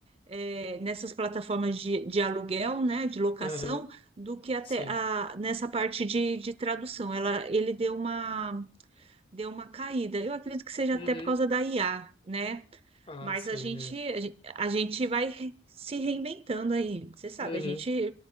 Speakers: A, on the right; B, on the left.
A: é, nessas plataformas de, de aluguel, né, de locação,
B: aham,
A: do que até
B: sim.
A: a, nessa parte de, de tradução. Ela, ele deu uma, deu uma caída. Eu acredito que seja
B: Uhum,
A: até por causa da IA, né?
B: ah,
A: Mas
B: sim,
A: a gente,
B: é.
A: a gen- a gente vai re- se reinventando aí. Você sabe,
B: Uhum,
A: a gente